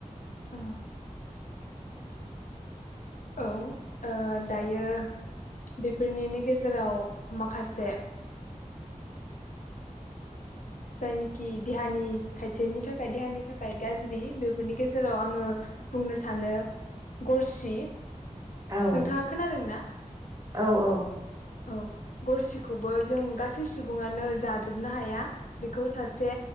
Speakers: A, on the left; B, on the right.
A: औ औ ओ दायो बेफोरनिनो गेजेराव माखासे जायनिखि देहानि खायसेनि थाखाय देहानि थाखाय गाज्रि बेफोरनि गेजेराव आङो बुंनो सानो गरसि
B: औ
A: नोंथाङा खोनादोंना?
B: औ औ।
A: औ गरसिखौबो जों गासै सुबङानो जाजोबनो हाया बेखौ सासे